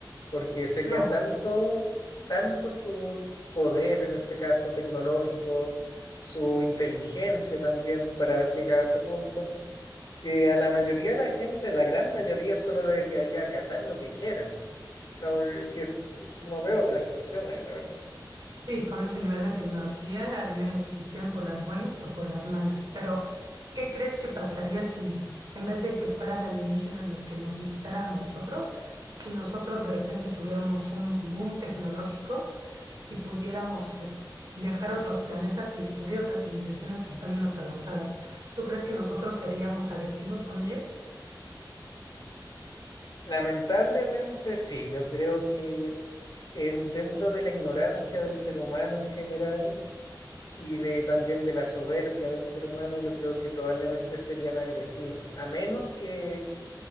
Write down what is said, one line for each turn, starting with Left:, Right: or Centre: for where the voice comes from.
Left: porque sería
Right: No,
Left: tanto, tanto su poder, en este caso tecnológico, su inteligencia también para haber llegado a ese punto, que a la mayoría de la gente, la gran mayoría, solo le quedaría acatar lo que quieren. La ve- si es- no veo otra solución ahí, la verdad.
Right: sí, con ese nivel de tecnología harían lo que quisieran por las buenas o por las malas, pero ¿qué crees que pasaría si en vez de que fueran alienígenas los que nos visitaran a nosotros, si nosotros de repente tuviéramos un boom tecnológico y pudiéramos es, viajar a otros planetas y descubrir otras civilizaciones que están menos avanzadas? ¿Tú crees que nosotros seríamos agresivos con ellos?
Left: Lamentablemente sí, yo creo que en, dentro de la ignorancia del ser humano en general y de también de la soberbia del ser humano, yo creo que probablemente serían agresivos, a menos que